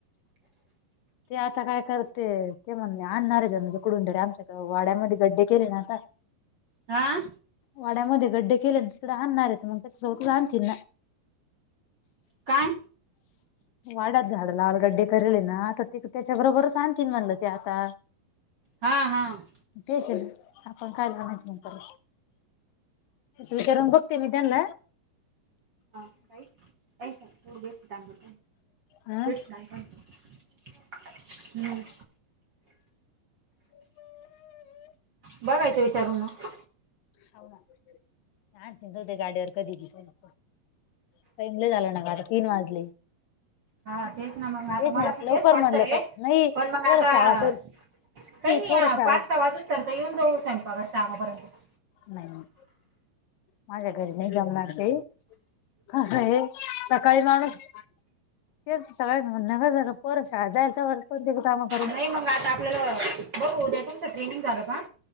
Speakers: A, on the left; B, on the right.
A: ते आता काय करते. ते म्हणणे आणणार म्हणजे कुठून तरी आमच्याकडं वाड्यामध्ये गड्डे केले ना आता.
B: आ
A: वाड्यामध्ये गड्डे केले. तिकडं आणणारेत मग त्याच्यासोबत आणतील ना.
B: काय
A: वाडयात झाडं करले ना त त्याच्या बरोबरच आणतील म्हणलं ते आता.
B: हां हां.
A: केसरी, आपण <unintelligible> नंतर विचारून बघ. ते मी त्यांनल
B: हां, ताई उडदाचे तांदूळ
A: हा
B: द्द्याना. <unintelligible> हम्म. बघायचं विचारून मग.
A: हाव ना, ना <unintelligible> टाइम लय झालं ना गं! आता तीन वाजले.
B: हा, तेच ना मग आता मला
A: ना
B: तर
A: लवकर
B: तेच वाटतय,
A: म्हणलं का नाही
B: पण मग
A: पोरं
B: आता
A: शाळा
B: काही नाही
A: पोरं शाळा
B: पाच, सहा वाजेपर्यंत तरत येऊन जाऊ <unintelligible>
A: नाय, नाय. माझ्या घरी नाही जमणार ते कसं हे सकाळी माणूस यांचा सगळ्यांच म्हणणं काय झालं, पोर शाळेत जाईल तोवर दिऊ का मग?
B: नाही मग आता आपल्याला बघू उद्याच्याच ट्रेनिंग झालं का